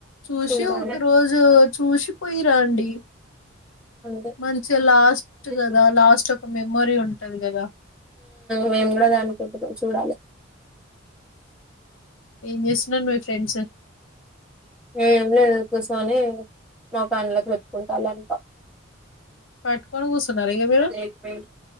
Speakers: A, on the left (about 85°); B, in the centre.
A: చూసి
B: చూడాలి
A: ఒక రోజు చూసిపోయిరాండి.
B: అంతే
A: మంచిగా లాస్ట్ కదా
B: ఉమ్
A: లాస్ట్ ఒక మెమొరీ ఉంటది కదా
B: మేము కూడా అదే అనుకుంటున్నాం చూడాలి
A: ఏం చేసిన నువ్ ఫ్రెండ్స్
B: ఏమి లేదు కూర్చొని ముఖానికి పెట్టుకుంటా నా అంత
A: పట్టుకొని కూర్చున్నారు ఇక మీరు
B: అపోయి